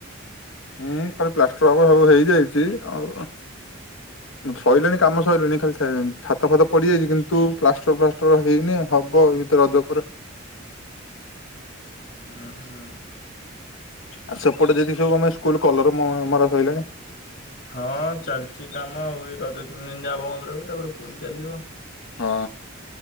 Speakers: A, on the left; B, on the left.
A: ହୁଁ ଖାଲି ପ୍ଲାଷ୍ଟର ହବ। ସବୁ ହେଇଯାଇଚି ଆଉ ଶରିଲାଣି କାମ ସରିଲାଣି ଖାଲି <inaudible> ଛାତ ଫାତ ପଡିଯାଇଚି କିନ୍ତୁ ପ୍ଲାଷ୍ଟ ଶୁଭ ତ ହେଇନି ହବ ଏ ଭିତରେ ରଜକୁ ପୁର
B: ଉଁ ହୁଁ।
A: ଆଉ ସେପଟେ ଯଦି ସବୁ ଆମେ ସ୍କୁଲ କଲର ମରା ସଇଲାଣି
B: ହଁ ଚାଲିଛି। କାମ ଆଉ ଏଇ ରଜ ନିନ୍ ଜା ବନ୍ଦ ରହିବ ତାପରେ ପୁଣି ଚାଲିବ।
A: ହଁ